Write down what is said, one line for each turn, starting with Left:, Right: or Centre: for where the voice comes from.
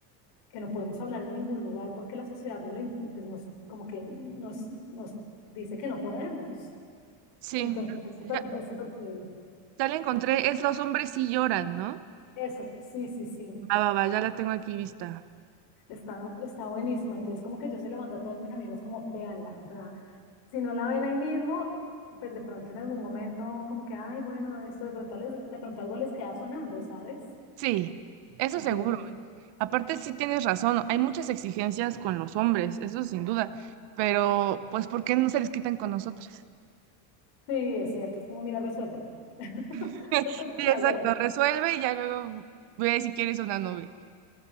Left: que no podemos hablar en ningún lugar porque la sociedad no lo im- pues nos, como que nos, nos dice que no podemos.
Right: sí.
Left: Entonces es súper,
Right: Ya,
Left: es súper chévere.
Right: ya la encontré, es Los hombres sí lloran, ¿no?
Left: Eso, sí, sí, sí.
Right: Va, va, va, ya la tengo aquí vista.
Left: Está, está buenísima. Entonces, como que yo se la mando a todos mis amigos, como véanla. O sea, si no la ven ahí mismo, pues de pronto en algún momento, como que, ay, bueno, esto de pronto, les, de pronto algo les queda sonando, ¿sabes?
Right: Sí, eso
Left: Entonces,
Right: seguro. Aparte, sí tienes razón, hay muchas exigencias con los hombres, eso sin duda,
Left: mm,
Right: pero pues ¿por qué no se les quitan con nosotras?
Left: sí, es cierto. Es como, mira, resuélvelo. <laughs>
Right: <laughs>
Left: Después, bueno,
Right: Sí, exacto,
Left: ya, ya lo-
Right: resuelve y ya luego ve si quieres una novia.